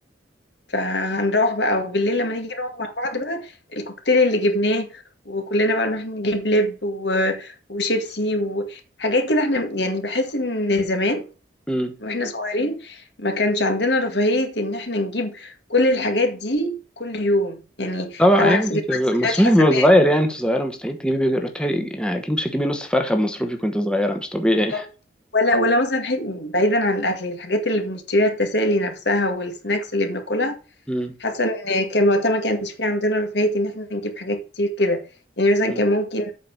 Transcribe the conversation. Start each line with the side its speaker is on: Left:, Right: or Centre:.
Left: فهنروح بقى وبالليل لما نيجي نقعد مع بعض بقى الكوكتيل اللي جبناه وكلنا بقى نروح نجيب لب و... وشيبسي وحاجات كده احنا يعني بحس ان زمان
Centre: مم.
Left: واحنا صغيرين ما كانش عندنا رفاهية ان احنا نجيب كل الحاجات دي كل يوم يعني
Centre: طبعا
Left: على
Centre: يعني
Left: عكس دلوقتي
Centre: انت مصروفك
Left: دلوقتي حاسة
Centre: بيبقى
Left: ان
Centre: صغير
Left: هي
Centre: يعني انت صغيره مستحيل تجيبي بيجي روحي يعني اكيد مش هتجيبي نص فرخه بمصروفك وانت صغيره مش طبيعي
Left: بالظبط. ولا ولا مثلا ح- بعيدا عن الاكل الحاجات اللي بنشتريها التسالي نفسها والسناكس اللي بناكلها
Centre: مم.
Left: حاسة ان كان وقتها ما كانش في عندنا رفاهية ان احنا نجيب حاجات كتير كده يعني مثلا
Centre: مم.
Left: كان ممكن